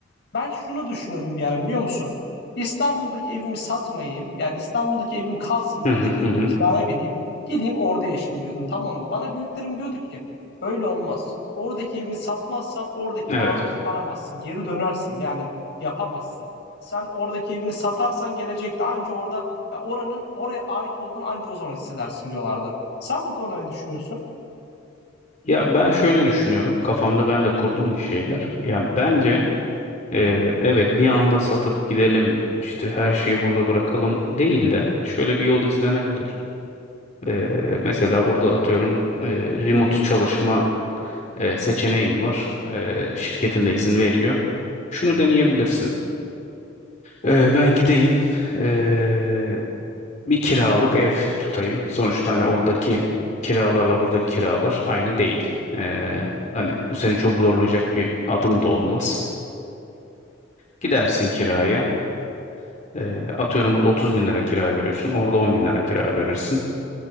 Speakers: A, on the left; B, on the left.
A: ben şunu düşünüyordum bir ara biliyor musun? İstanbul'daki evimi satmayayım. Yani İstanbul'daki evim kalsın.
B: Hı
A: Buradaki
B: hı
A: evimi
B: hı. hı.
A: kiraya vereyim. Gideyim orada yaşayayım diyordum. Tamam mı? Bana büyüklerim diyordu ki öyle olmaz. Oradaki evini satmazsan oradaki
B: Evet.
A: bağını koparamazsın. Geri dönersin. Yani yapamazsın. Sen oradaki evini satarsan gelecekte anca orada ya oranın oraya ait olduğunu anca o zaman hissedersin diyorlardı. Sen bu konuda ne düşünüyorsun?
B: Ya ben şöyle düşünüyorum. Kafamda ben de kurdum bir şeyler. Ya bence Ee, evet bir anda satıp gidelim işte her şeyi burada bırakalım değil de şöyle bir yol izlenebilir. Ee, mesela burada atıyorum e, remote çalışma e, seçeneğin var. Ee, şirketin de izin veriyor. Şunu deneyebilirsin. Ee, ben gideyim ee, bir kiralık ev tutayım. Sonuçta hani oradaki kiralarla buradaki kiralar aynı değil. Ee, hani bu seni çok zorlayacak bir adım da olmaz. Gidersin kiraya. Ee, atıyorum burada 30 bin lira kira veriyorsun. Orada 10 bin lira kira verirsin.